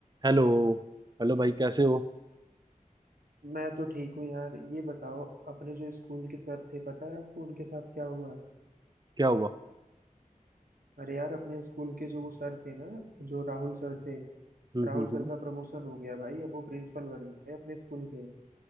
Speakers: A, on the right; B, on the right.
A: Hello Hello भाई कैसे हो
B: मैं तो ठीक हूँ यार ये बताओ अपने जो स्कूल के सर थे पता है आपको उनके साथ क्या हुआ
A: क्या हुआ
B: अरे यार अपने स्कूल के जो वो सर थे ना जो राहुल सर थे
A: हम्म
B: राहुल
A: हम्म
B: सर
A: हम्म
B: का प्रमोशन हो गया भाई अब वो प्रिंसिपल बन गए अपने स्कूल के